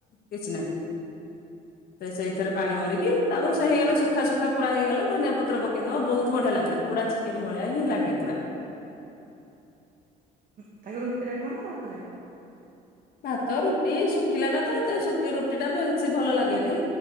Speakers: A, on the left; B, on the right.
A: କିଛି ନାହିଁ। ସେ ସେଇଥିରେ ପାଣି ମରିକି ତାପରେ ସେ ହେଇଗଲା ସୁୁଖା ସୁୁଖା ପୁରା ହେଇଗଲେ ଧନିଆ ପତ୍ର ପକେଇଦବ ବହୁତ ବଢିଆ ଲାଗେ। ପୋଡା ଚିକେନ୍ ଭଳିଆ ହିଁ ଲାଗେ ପୁରା।
B: ଉଁ ଆକୁ ରୁଟିରେ ଖାଅ ନା ଭାତରେ।
A: ଭାତ ରୁଟି ଶୁଖିଲା ଟା ତ ଏତେ ଶୁଖି ରୁଟି ଟା ବେଶୀ ଭଲ ଲାଗେନି।